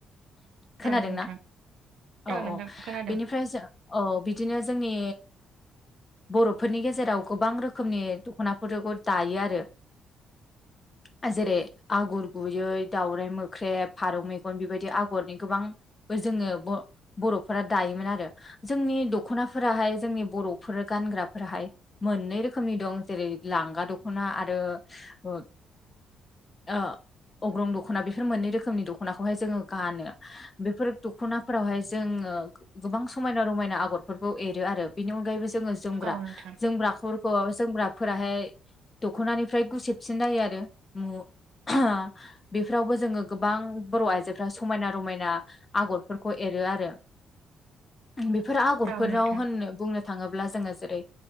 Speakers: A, on the left; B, on the right.
A: खोनादोंना
B: औ नोंथां
A: औ औ
B: नोंथां खोनादों
A: बेनिफ्राय जो औ बिदिनो जोंनि बर'फोरनि गेजेराव गोबां रोखोमनि दख'नाफोरखौ दायो आरो <inaudible> जेरै आगर गुयै दावराइ मोख्रेब फारौ मेगन बेबायदि आगरनि गोबां जोङो ब बर'फोरा दायोमोन आरो जोंनि दख'नाफोराहाय जोंनि बर'फोर गानग्राफोराहाय मोननै रोखोमनि दं जेरै लांगा दख'ना आरो ओ ओ अग्रं दख'ना बेफोर मोननै रोखोमनि दख'नाखौहाय जोङो गानो बेफोर दख'नाफोरावहाय जोङो गोबां समायना-रमायना आगरफोरखौ एरो आरो बेनि अनगायैबो जो जोङो जोमग्रा
B: औ नोंथां
A: जोमग्राफोरखौ जोमग्रा फोराहाय दख'नानिफ्राय गुसेबसिन जायो आरो म <unintelligible> बेफोरावबो जोङो गोबां बर' आइजोफ्रा समायना रमायना आगरफोरखौ एरो आरो बेफोर आगरफोराव
B: औ नोंथां
A: होननो बुंनो थाङोब्ला जोङो जेरै